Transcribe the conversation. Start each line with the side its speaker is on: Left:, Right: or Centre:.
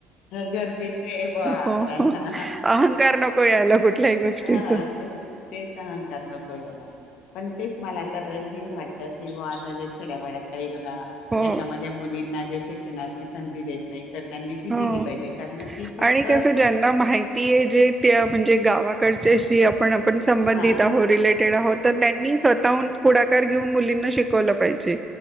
Left: गरजेचं आहे ब आपल्याला
Right: हो हो अहंकार नको यायला कुठल्याही गोष्टीच
Left: हा ते तेच अहंकार नको याला पण तेच मला तर हेच वाटतं की बा आता जे खेड्यापाड्यात काही लोक
Right: हो
Left: च्यामध्ये मुलीं ज श संधी देत नाही तर त्यांनी ती
Right: हो
Left: दिली पाहिजे कारण ती फक्त
Right: आणि कसं ज्यांना माहिती आहे जे त्या म्हणजे गावाकडच्याशी आपण आपण संबंधित
Left: हा
Right: आहो रिलेटेड आहोत तर त्यांनी स्वतः पु घेऊ मुं शव पाहिजे